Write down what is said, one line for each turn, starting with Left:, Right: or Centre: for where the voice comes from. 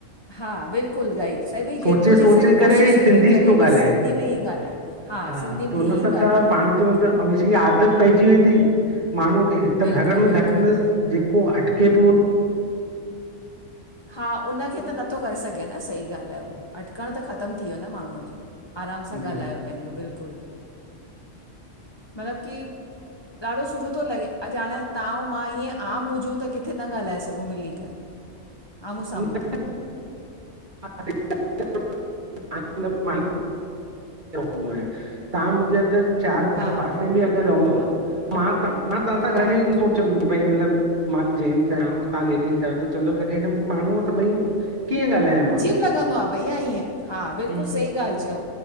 Left: हा बिल्कुलु गाइक साईं भई जेतिरो
Right: सोचे
Left: थी
Right: सोचे
Left: सघे
Right: करे
Left: कोशिशि इहो
Right: सिंधी
Left: थो करे भई
Right: ॻाल्हाए
Left: सिंधी में ई ॻाल्हाइणु
Right: हा
Left: सिंधी
Right: त
Left: में
Right: हुन
Left: ई
Right: सां
Left: ॻाल्हाइणो
Right: छा
Left: आहे
Right: पाण चऊं
Left: खे
Right: त अऊंसी आदत पइजी वेंदी माण्हूअ खे त
Left: बिल्कुलु
Right: घर
Left: बिल्कुलु
Right: में घटि में जेको अटके पियो
Left: हा उनखे त नथो करे सघे न सही ॻाल्हि आहे उहो अटकण त ख़तम थी वियो न माण्हूअ जो। आराम
Right: सिंधी
Left: सां ॻाल्हायो पंहिंजो बिल्कुलु। मतिलबु की ॾाढो सुठो तो लॻे अॼु हाणे तां अऊं मां ईअं आम हुजूं त किथे न ॻाल्हाए सघो मिली करे। आमूं
Right: हैलो
Left: साम्हूं त
Right: <unintelligible> <unintelligible> आहियां तव्हां मुंहिंजे अगरि चारि
Left: हा
Right: घर पासे में अगरि रहंदो आ मां तां मां तव्हांसा
Left: हा
Right: गॾ चंदम कि भई मतलब मां जेंट्स आहियां अऊं तहां लेडीस आहियो त चवंदव करके हिन् माण्हू सभई कीअं ॻाल्हायन
Left: सुठो लॻन्दो आ भैया इअं बिल्कुल
Right: हम्म
Left: सही गाल्ह चयव